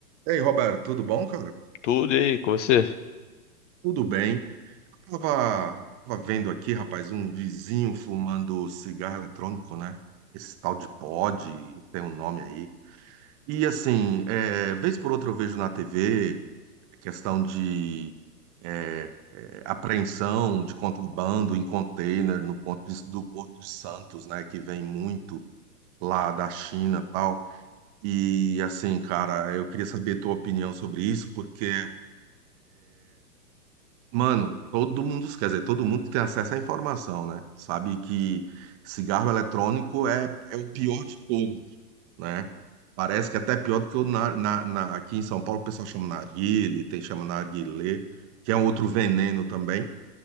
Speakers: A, on the right; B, on the left.
A: E aí, Roberto, tudo bom, cara?
B: Tudo e aí com você?
A: Tudo bem. Eu tava, tava vendo aqui, rapaz, um vizinho fumando cigarro eletrônico, né? Esse tal de pod, tem um nome aí. E assim, é, vez por outra eu vejo na TV questão de é, é, apreensão de contrabando em container no ponto de- do Porto de Santos, né? Que vem muito lá da China e tal. E assim, cara, eu queria saber a tua opinião sobre isso, porque Mano, todo mundo, quer dizer, todo mundo que tem acesso à informação, né? Sabe que cigarro eletrônico é, é o pior de tudo, né? Parece que é até pior do que o na, na- na- aqui em São Paulo o pessoal chama narguile, tem chama narguilé, que é um outro veneno também.